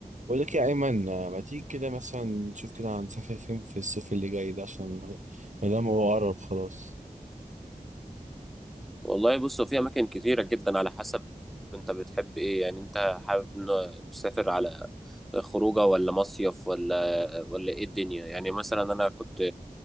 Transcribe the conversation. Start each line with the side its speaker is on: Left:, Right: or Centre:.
Right: بقول لك يا أيمن ما تيجي كده مثلا نشوف كده هنسافر فين في الصيف اللي جاي ده عشان ما دام هو قرب خلاص
Centre: والله بص هو في اماكن كتيره جدا على حسب انت بتحب ايه يعني انت حابب إن- تسافر على خروجه ولا مصيف ولا ولا ايه الدنيا يعني مثلا انا كنت